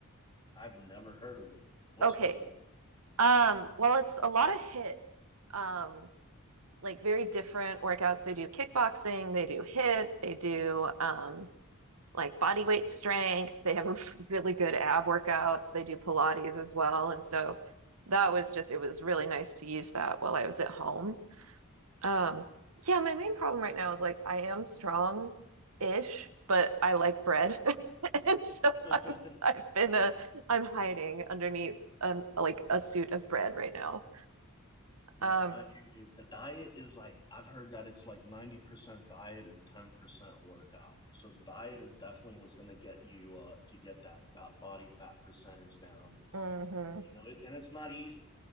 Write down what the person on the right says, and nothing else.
Okay.
Um well it's a lot of hit um like very different workouts. They do kickboxing, they do hit, they do um like body weight strength. They have <laughs> really good ab workouts. They do Pilates as well. And so that was just it was really nice to use that while I was at home. Um, yeah, my main problem right now is like I am strong-ish, but I like bread. <laughs> And so
I'm
I've been uh I'm hiding underneath an like a suit of bread right now.
Um,
mhm.